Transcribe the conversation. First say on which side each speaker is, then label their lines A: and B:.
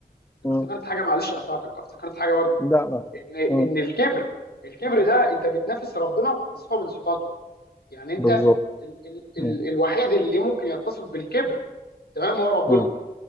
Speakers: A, on the left; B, on the left.
A: انا
B: مم.
A: افتكرت حاجه معلش قطعتك افتكرت حاجه برضو
B: لا لا
A: ان ان
B: مم.
A: الكبر الكبر ده انت بتنافس ربنا في صفه من صفاته يعني انت
B: بالظبط
A: ال ال ال
B: مم.
A: الوحيد اللي ممكن يتصف بالكبر تمام هو ربنا
B: مم.